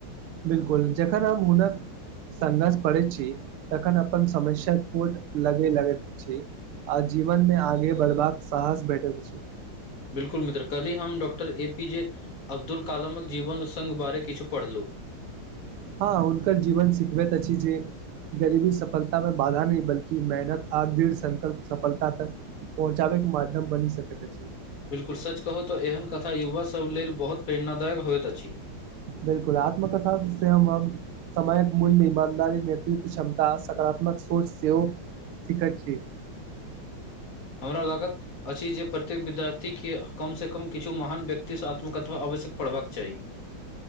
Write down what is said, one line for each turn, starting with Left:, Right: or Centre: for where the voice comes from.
Right: बिलकुल जखन हम हुनक संघर्ष पढ़ै छी तखन अपन समस्या छोट लगै लगैत छै आ जीवनमे आगाँ बढ़बाक साहस भेटैल अछि
Left: बिलकुल मित्र काल्हि हम डॉक्टर ए पी जे अब्दुल कलामक जीवन संग बारे किछु पढ़लू
Right: हँ हुनकर जीवन शिखबैत अछि जे गरीबी सफलता मे बाधा नहि बलकि मेहनत आ दृढ़ संकल्प सफलता तक पहुँचाबै के माध्यम बनी सकैत अछि।
Left: बिलकुल सच कहू तऽ एहन कथा युवासभ लेल बहुत प्रेरणादायक होयत अछि
Right: बिलकुल आत्मकथा से हम समयक मूल्य मे ईमानदारी नेतृत्व क्षमता सकारात्मक सोच सेहो सिखैत छी
Left: हमरा लागत अछि जे प्रत्येक विद्यार्थी के कम से कम किछु महान व्यक्तिसँ आत्मकथा आवश्य पढ़बाक चाही